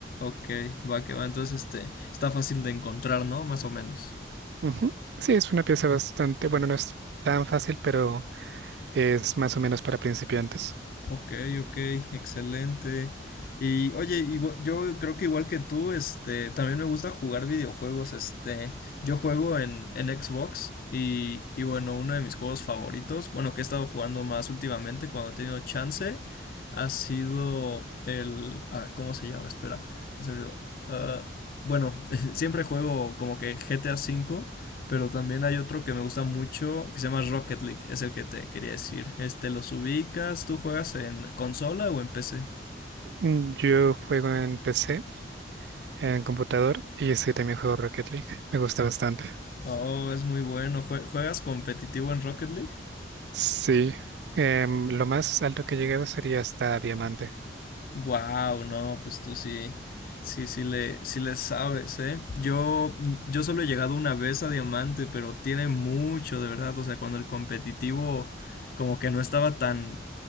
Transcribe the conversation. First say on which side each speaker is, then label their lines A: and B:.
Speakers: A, on the left; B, on the right.
A: Ok, va que va. Entonces, este, está fácil de encontrar, ¿no? Más o menos.
B: Ujú. Sí, es una pieza bastante, bueno, no es tan fácil, pero es más o menos para principiantes.
A: Ok, ok, excelente. Y oye, igua- yo creo que igual que tú, este, también me gusta jugar videojuegos, este, yo juego en, en Xbox y, y bueno, uno de mis juegos favoritos, bueno, que he estado jugando más últimamente cuando he tenido chance, ha sido el, ah, ¿cómo se llama? Espera, se me olvidó. Ah, bueno, <laughs> siempre juego como que GTA V pero también hay otro que me gusta mucho que se llama Rocket League, es el que te quería decir. Este, los ubicas, ¿tú juegas en consola o en PC?
B: Mm, Yo juego en PC, en computador, y sí, también juego Rocket League. Me gusta bastante.
A: Oh, es muy bueno. ¿Jue- ¿Juegas competitivo en Rocket League?
B: Sí, em, lo más alto que he llegado sería hasta Diamante.
A: Wow, no, pues tú sí, sí, sí le, sí le sabes, ¿eh? Yo, yo solo he llegado una vez a Diamante, pero tiene mucho, de verdad. O sea, cuando el competitivo como que no estaba tan,